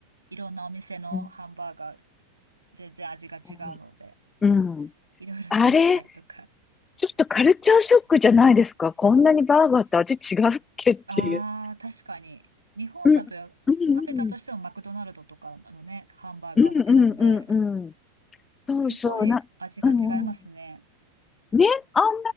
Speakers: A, on the right (about 80°); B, on the left (about 20°).
A: いろんなお店のハンバーガー、
B: うんう
A: 全然味が違うので、
B: ん。うん
A: いろいろ試したりとか。
B: あれ、ちょっとカルチャーショックじゃないですか。こんなにバーガーって味違うっけっていう。
A: ああ、確かに。日本だとや食べたとしてもマクドナルドとかのね、
B: うんうん
A: ハンバーガーだけなので、
B: うんうんうんうんうんうん。そうそうな、
A: すごい味が違いますね。
B: うんうん。ね、あんな